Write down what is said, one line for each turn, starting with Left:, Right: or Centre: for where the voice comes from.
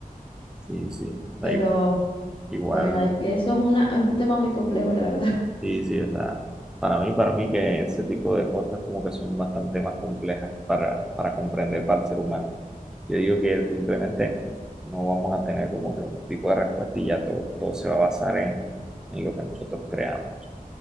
Centre: Sí, sí, o sea,
Left: Pero
Centre: i- igual,
Left: bueno, es que eso es una, es un tema muy complejo, la verdad. <laughs>
Centre: sí, sí, o sea, para mí, para mí que ese tipo de cosas como que son bastante más complejas para, para comprender para el ser humano. Yo digo que simplemente no vamos a tener como que un tipo de respuesta y ya todo, todo se va a basar en, en lo que nosotros creamos.